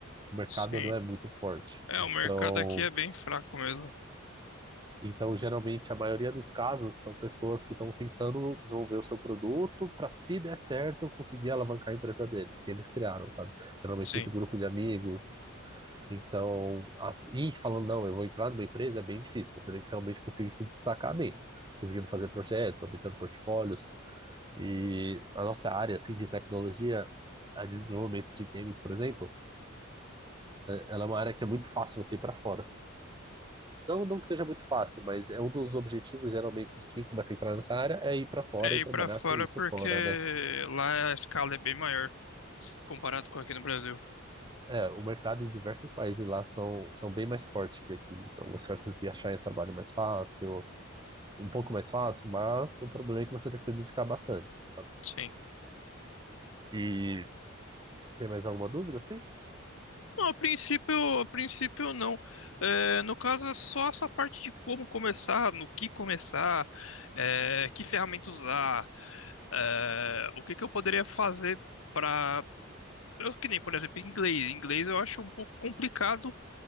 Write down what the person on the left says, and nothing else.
sim.
É,
o mercado aqui é bem fraco mesmo.
Sim.
É
ir
pra fora
porque
lá a escala é bem maior comparado com aqui no Brasil.
Sim.
Não, a princípio, a princípio não. É, no caso, é só essa parte de como começar, no que começar, é, que ferramenta usar, é, o que que eu poderia fazer para Eu que nem, por exemplo, inglês. Inglês eu acho um pouco complicado